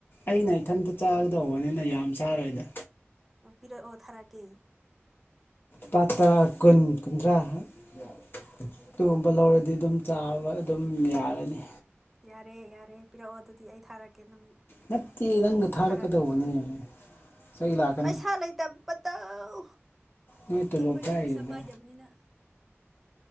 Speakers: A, on the left; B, in the centre.
A: ꯑꯩꯅ ꯏꯊꯟꯇ ꯆꯥꯒꯗꯧꯕꯅꯤꯅ ꯌꯥꯝ ꯆꯥꯔꯣꯏꯗ
B: ꯄꯤꯔꯛꯑꯣ ꯊꯔꯛꯀꯦ
A: ꯄꯥ ꯇꯔꯥ ꯀꯨꯟ ꯀꯨꯟꯊ꯭ꯔꯥ ꯑꯗꯨꯒꯨꯝꯕ ꯂꯧꯔꯗꯤ ꯑꯗꯨꯝ ꯆꯥꯕ ꯑꯗꯨꯝ ꯌꯥꯔꯅꯤ
B: ꯌꯥꯔꯦ ꯌꯥꯔꯦ ꯄꯤꯔꯛꯑꯣ ꯑꯗꯨꯗꯤ ꯑꯩ ꯊꯥꯔꯛꯀꯦ ꯅꯪ
A: ꯅꯠꯇꯦ ꯅꯪꯒ
B: ꯑꯃꯨꯛ
A: ꯊꯥꯔꯛꯀꯗꯧꯕꯅꯦ
B: ꯊꯥꯔꯛꯀꯦ
A: ꯏꯁꯩ ꯂꯥꯛꯀꯅꯤ
B: ꯄꯩꯁꯥ ꯂꯩꯇꯕꯇꯧ
A: ꯅꯣꯏ ꯇꯣꯂꯣꯞ
B: ꯑꯩꯈꯣꯏꯗꯤ
A: ꯆꯥꯔꯤꯗꯨꯗꯤ
B: ꯄꯩꯁꯥ ꯄꯥꯏꯗꯕꯅꯤꯅ